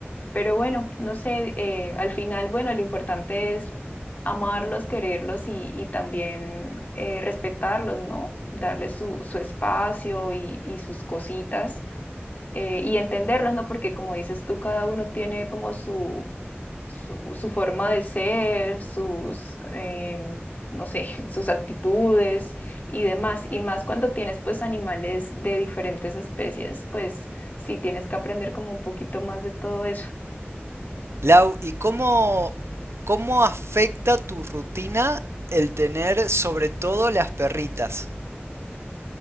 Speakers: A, on the left; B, on the right.
A: Pero bueno, no sé, eh, al final, bueno, lo importante es amarlos, quererlos y, y también eh, respetarlos, ¿no? Darles su, su espacio y, y sus cositas eh, y entenderlos, ¿no? Porque como dices tú, cada uno tiene como su, su, su forma de ser, sus, em, no sé, <laughs> sus actitudes y demás. Y más cuando tienes pues animales de diferentes especies, pues sí tienes que aprender como un poquito más de todo eso.
B: Lau, ¿y cómo, cómo afecta tu rutina el tener sobre todo las perritas?